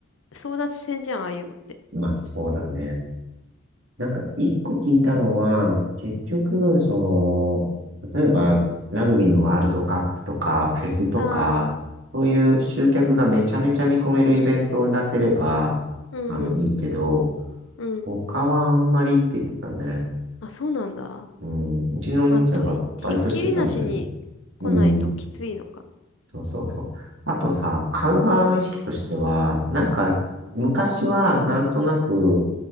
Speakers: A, on the left; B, on the right.
A: 争奪戦じゃん、ああいうのって。
B: まあそうだね。なんか一個聞いたのは、結局、その、例えばラグビーのワールドカップとか、フェスとか、
A: ああ、
B: そういう集客がめちゃめちゃ見込めるイベントを出せれば、
A: うんうん、
B: あの、いいけど、
A: うん。
B: 他はあんまりって言ってたね。
A: あ、そうなんだ。
B: うん、うちのお兄ちゃんがバイトしてたんだよね。
A: まあ、と、ひっきりなしに来ないときついのか。
B: うん、そうそうそう。あとさ、買う側の意識としては、なんか、昔はなんとなく、